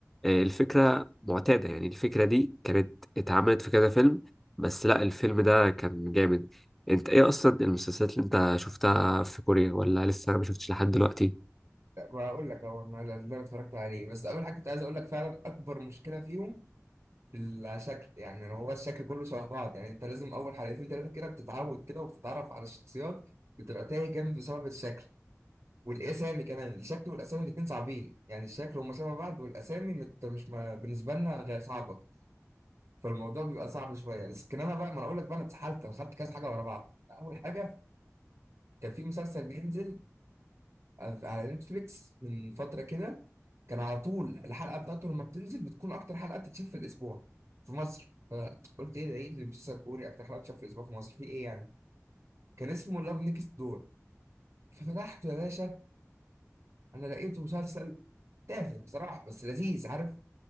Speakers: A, in the centre; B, on the right.
A: آه، الفكره معتاده يعني الفكره دي كانت اتعملت في كذا فيلم بس لا الفيلم ده كان جامد انت ايه اصلا المسلسلات اللي انت شفتها في كوريا ولا لسه ما شفتش لحد دلوقتي
B: لا، بقول لك هو انا اللي انا اتفرجت عليه بس اول حاجه كنت عايز اقول لك فعلا اكبر مشكله فيهم لا شكل يعني هو الشكل كله شبه بعض يعني انت لازم اول حلقتين ثلاثه كده بتتعود كده وبتتعرف على الشخصيات بتبقى تايه جامد بسبب الشكل والاسامي كمان الشكل والاسامي الاثنين صعبين يعني الشكل هم شبه بعض والاسامي مت- مش ما بالنسبه لنا غير صعبه فالموضوع بيبقى صعب شويه لكن انا بقى ما انا اقول لك بقى انا اتسحلت وخدت كذا حاجه ورا بعض اول حاجه كان في مسلسل بينزل على نتفليكس من فترة كده كان على طول الحلقة بتاعته لما بتنزل بتكون أكتر حلقة بتتشاف في الأسبوع في مصر فقلت إيه ده إيه اللي مسلسل كوري أكتر حلقة بتتشاف في الأسبوع في مصر في إيه يعني كان اسمه لاف نيكست دور ففتحته يا باشا أنا لقيته مسلسل تافه بصراحة بس لذيذ عارف